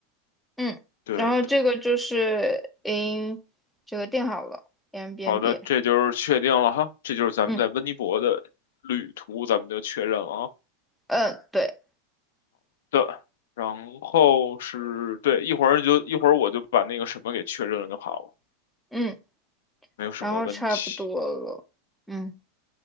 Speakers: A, in the centre; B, on the left.
A: 嗯，
B: 对的，
A: 然后这个就是 in 这个订好了，Airbnb，
B: 好的，这就是确定了哈，这就是咱们在温尼伯的旅途，
A: 嗯
B: 咱们就确认了啊。
A: 嗯对，
B: 的，然后是对，一会儿你就一会儿我就把那个什么给确认了就好了，
A: 嗯，
B: 没有什么问题。
A: 然后差不多了，嗯。